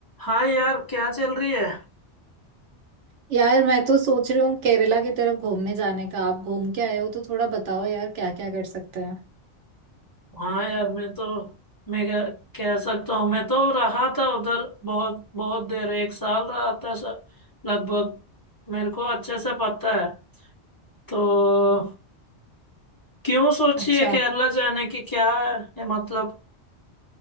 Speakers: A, on the left; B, on the right.
A: हाय यार क्या चल रही है
B: यार मैं तो सोच रही हूँ केरला की तरफ घूमने जाने का आप घूम के आए हो तो थोड़ा बताओ यार क्या क्या कर सकते हैं
A: हाँ यार मैं तो मैं कह, कह सकता हूँ मैं तो रहा था उधर बहुत बहुत देर एक साल रहा था श- लगभग मेरे को अच्छे से पता है तो क्यों सोची
B: अच्छा
A: है केरला जाने की क्या है ये मतलब